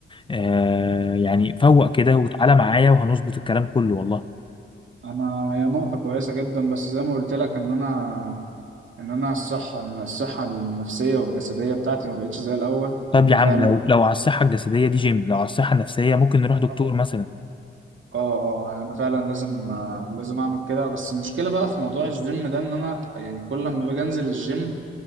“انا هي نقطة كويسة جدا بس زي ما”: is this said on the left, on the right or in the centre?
Right